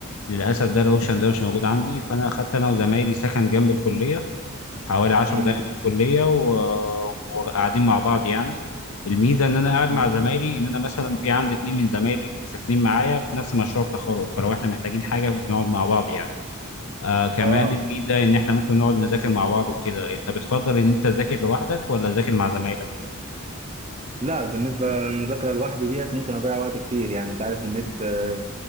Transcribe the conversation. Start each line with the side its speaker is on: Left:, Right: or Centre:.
Left: للاسف ده الاوبشن ده مش موجود عندي فانا اخدت انا وزمايلي سكن جنب الكليه حوالي عشر
Right: امم
Left: دقايق من الكلية و- وقاعدين مع بعض يعني الميزة إن أنا قاعد
Right: أمم.
Left: مع زمايلي إن أنا مثلا في عندي اتنين من زمايلي ساكنين معايا في نفس مشروع التخرج فلو إحنا محتاجين حاجة بنقعد مع بعض يعني آه كمان
Right: اه
Left: الميزة إن إحنا ممكن نقعد نذاكر مع بعض وكده أنت بتفضل إن أنت تذاكر لوحدك ولا تذاكر مع زمايلك؟
Right: لا بالنسبه للمذاكره لوحدي ديت ممكن اضيع وقت كتير يعني انت عارف النت آه،